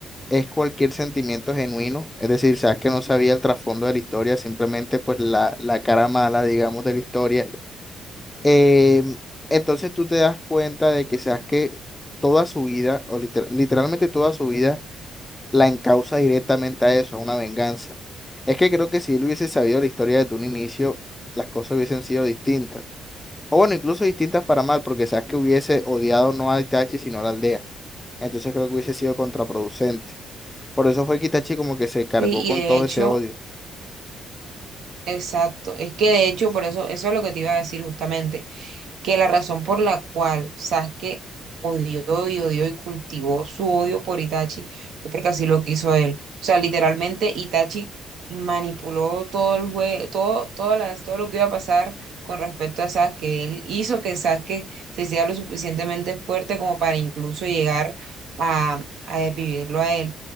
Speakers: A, on the left; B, on the right.
A: es cualquier sentimiento genuino, es decir, Sasuke no sabía el trasfondo de la historia, simplemente pues la, la cara mala, digamos, de la historia. Eh, entonces tú te das cuenta de que Sasuke toda su vida, o liter- literalmente toda su vida, la encausa directamente a eso, a una venganza. Es que creo que si él hubiese sabido la historia desde un inicio, las cosas hubiesen sido distintas. O bueno, incluso distintas para mal, porque sabes que hubiese odiado no a Itachi, sino a la aldea. Entonces creo que hubiese sido contraproducente. Por eso fue que Itachi como que se cargó
B: Sí,
A: con
B: y de
A: todo
B: hecho,
A: ese odio.
B: exacto, es que de hecho, por eso, eso es lo que te iba a decir justamente, que la razón por la cual Sasuke odió y odió y cultivó su odio por Itachi fue porque así lo quiso él. O sea, literalmente Itachi manipuló todo el juego, todo, todas las, todo lo que iba a pasar con respecto a Sasuke. Él hizo que Sasuke se hiciera lo suficientemente fuerte como para incluso llegar a, a desvivirlo a él.